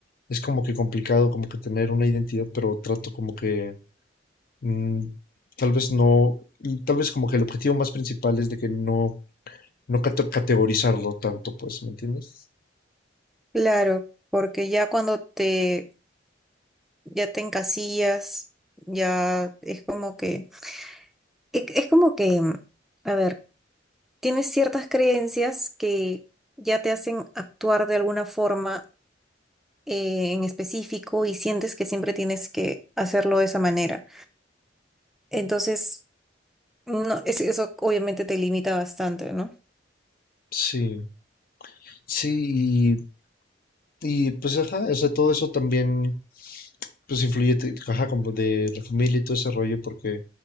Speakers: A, on the left (about 55°); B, in the centre.
A: es como que complicado como que tener una identidad, pero trato como que mm, tal vez no, tal vez como que el objetivo más principal es de que no no cate- categorizarlo tanto, pues, ¿me entiendes?
B: claro, porque ya cuando te, ya te encasillas, ya es como que, e- es, como que, mm, a ver, tienes ciertas creencias que ya te hacen actuar de alguna forma eh, en específico y sientes que siempre tienes que hacerlo de esa manera. Entonces, no, es- eso obviamente te limita bastante, ¿no?
A: Sí, sí, y, y, pues, ajá, o sea, todo eso también, pues, influye, te- ajá, como de la familia y todo ese rollo, porque